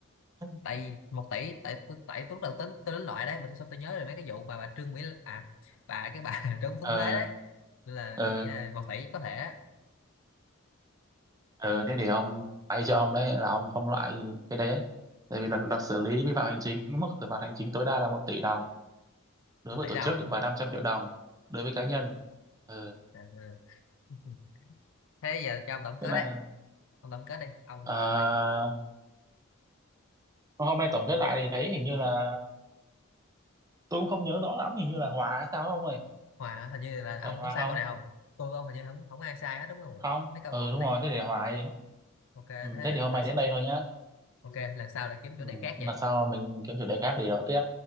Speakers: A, on the right; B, on the left.
A: <laughs>
B: tại một tỷ tại tôi- tại tôi lúc đầu tính tôi đến loại đấy mà xong tôi nhớ rồi mấy cái vụ mà bà Trương Mỹ Lan- à bà cái bà <laughs> trốn
A: ờ
B: trốn thuế đấy nên là
A: ờ
B: tôi nghĩ là một tỷ có thể á.
A: ờ thế thì ông bay cho ông đấy là ông không loại cái đấy ấy. tại vì là, là xử lý vi phạm hành chính mức xử phạt hành chính tối đa là một tỷ đồng đối
B: một
A: với
B: tỷ
A: tổ
B: đâu
A: chức và 500 triệu đồng đối với cá nhân ờ
B: à, ừ. <laughs> thế giờ cho ông tổng
A: tức
B: kết
A: là
B: đấy ông tổng kết đi ông
A: à,
B: ờ, ra cho-
A: hôm nay tổng kết lại thì thấy hình như là tôi cũng không nhớ rõ lắm hình như là hòa hay sao không ơi
B: Hòa hình như là ông
A: phải hòa
B: có sai
A: không
B: câu nào không tôi với ông hình như không không ai sai hết đúng không
A: không
B: ạ? mấy câu
A: ừ
B: hỏi hôm
A: đúng
B: nay
A: rồi thế để hòa đi
B: ok
A: ừ,
B: thế
A: thế thì hôm
B: lần
A: nay đến đây thôi nhá
B: ok lần sau lại kiếm chủ
A: ừ.
B: đề khác
A: Lần
B: vậy
A: sau mình kiếm chủ đề khác để đó tiếp